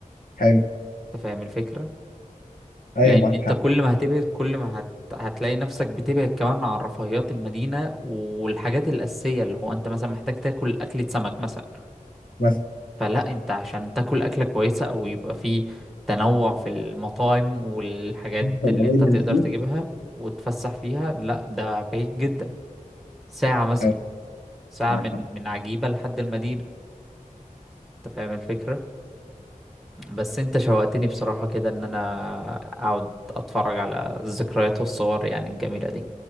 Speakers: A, on the left; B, in the centre.
A: حلو
B: أنت فاهم الفكرة؟
A: ايوه
B: لأن
A: معاك
B: أنت
A: حق
B: كل ما هتبعد كل ما هت... هتلاقي نفسك بتبعد كمان عن رفاهيات المدينة والحاجات الأساسية اللي هو أنت مثلا محتاج تاكل أكلة سمك مثلا
A: مثلا
B: فلا انت عشان تاكل اكله كويسه او يبقى في تنوع في المطاعم والحاجات
A: قريب
B: اللي انت
A: من
B: تقدر
A: البسين
B: تجيبها وتفسح فيها لا ده بعيد جدا ساعه مثلا
A: ايوه
B: ساعه
A: معاك
B: من
A: حق
B: من عجيبه لحد المدينه انت فاهم الفكره بس انت شوقتني بصراحه كده ان انا اقعد اتفرج على الذكريات والصور يعني الجميله دي